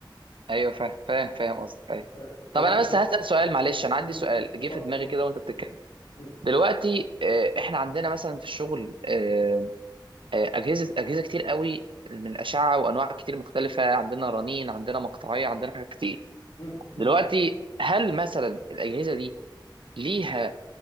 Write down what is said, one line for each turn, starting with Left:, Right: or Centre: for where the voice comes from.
Right: ايوه فاهم فاهم فاهم قصدك ايوه
Left: آه، تمام
Right: طب انا بس
Left: ده
Right: هسأل سؤال معلش انا عندي
Left: مم.
Right: سؤال جه في
Left: اتفضل
Right: دماغي
Left: اتفضل
Right: كده وانت بتتكلم
Left: مم.
Right: دلوقتي آه، احنا عندنا مثلا في الشغل آه، آه، اجهزه اجهزه كتير قوي من الاشعه وانواع كتير مختلفه عندنا رنين عندنا مقطعيه عندنا حاجات كتير
Left: مم. مم.
Right: دلوقتي هل مثلا الاجهزه دي ليها